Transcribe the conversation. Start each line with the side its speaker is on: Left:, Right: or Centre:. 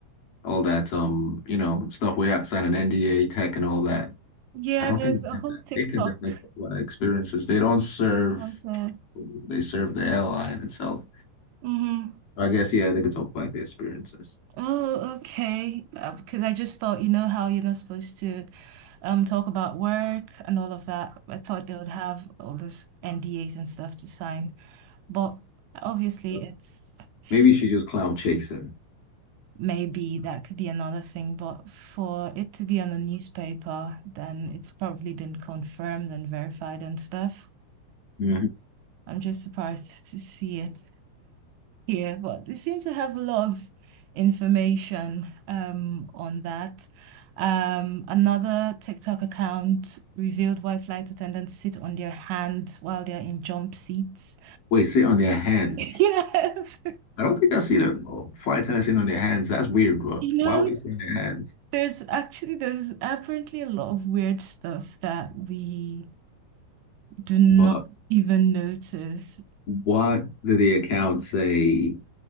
Left: all that um, you know, stuff we have to sign an NDA, tech and all that.
Right: Yeah,
Left: I don't
Right: there's
Left: think they
Right: a
Left: have
Right: whole
Left: that.
Right: TikTok
Left: They can definitely talk about experiences. They don't serve,
Right: about it.
Left: they serve the airline itself.
Right: Mm-hmm.
Left: So I guess yeah, they could talk about the experiences.
Right: Oh, okay. Uh, because I just thought, you know how you're not supposed to um talk about work and all of that. I thought they would have all those NDAs and stuff to sign. But obviously
Left: So
Right: it's <laughs>
Left: Maybe you should just cloud chase them.
Right: maybe that could be another thing, but for it to be on the newspaper, then it's probably been confirmed and verified and stuff.
Left: Mhm.
Right: I'm just surprised <laughs> to see it. here, but they seem to have a lot of information um, on that. Um, another TikTok account revealed why flight attendants sit on their hands while they're in jump seats.
Left: Wait, sit on their hands.
Right: <laughs> Yes.
Left: I don't think I've seen a a flight attendant sitting on their hands. That's weird, but
Right: You
Left: why
Right: know,
Left: would they sit on their hands?
Right: there's actually there's apparently a lot of weird stuff that we do not
Left: But
Right: even notice.
Left: What did the account say?